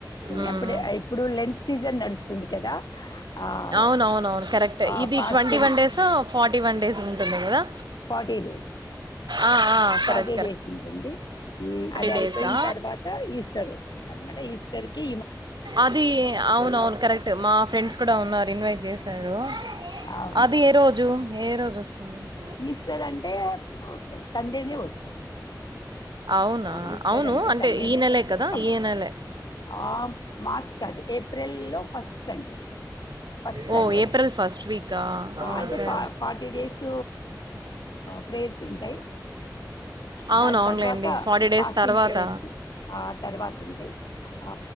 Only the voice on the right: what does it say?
ఉమ్.
అవునవున అవును కరెక్ట్
ఇది
twenty one days forty one days ఉంటుంది కదా
ఆ ఆ
కరె
డేసా
అది అవున అవును కరెక్ట్ మా ఫ్రెండ్స్ కూడా ఉన్నారు ఇన్వైట్ చేశారు
అది ఏ రోజు ఏ రోజు వస్తుంది
అవునా
అవును
ఈ నెలే కదా
ఈ నెలే
ఓ ఏప్రిల్
ఫస్ట్ వీకా
ఓకే
అవును
అవునులేండి
ఫార్టీ డేస్
తర్వాత